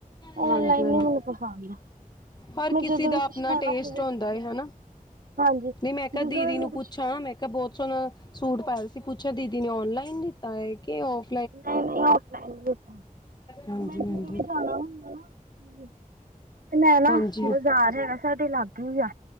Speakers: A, on the left (about 30°); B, on the right (about 75°).
A: ਹਾਂਜੀ,
B: ਔਨਲਾਈਨ
A: ਹਾਂਜੀ।
B: ਨੀ ਮੈਨੂੰ ਪਸੰਦ।
A: ਹਰ
B: ਮੈਂ
A: ਕਿਸੇ
B: ਜਦੋਂ
A: ਦਾ
B: ਵੀ ਕੁਛ
A: ਆਪਣਾ
B: ਲੈਣਾ
A: ਟੇਸਟ
B: ਹੋਵੇ
A: ਹੁੰਦਾ ਏ ਹਨਾ।
B: ਹਾਂਜੀ
A: ਨਹੀ ਮੈਂ ਕਿਹਾ
B: ਜਦੋਂ
A: ਦੀਦੀ
B: ਵੀ
A: ਨੂੰ
B: ਮੈਂ ਕੁਛ
A: ਪੁੱਛਾਂ ਮੈਂ ਬਹੁਤ ਸੋਣਾ ਸੂਟ ਪਾਇਆ ਸੀ ਪੁੱਛਿਆ ਦੀਦੀ ਨੇ ਔਨਲਾਈਨ ਦਿੱਤਾ ਹੈ ਕਿ ਔਫ-
B: ਨਹੀਂ-ਨਹੀਂ ਔਫਲਾਈਨ ਫਲਾਈ,
A: ਹਾਂਜੀ
B: ਮੈਂ
A: ਹਾਂਜੀ
B: ਵੀ ਜਾਣਾ ਹੁੰਦਾ ਨਾ। ਤੇ ਮੈਂ ਨਾ
A: ਹਾਂਜੀ
B: ਬਾਜ਼ਾਰ ਜਿਹੜਾ ਨਾ ਸਾਡੇ ਲਾਗੇ ਹੀ ਆ।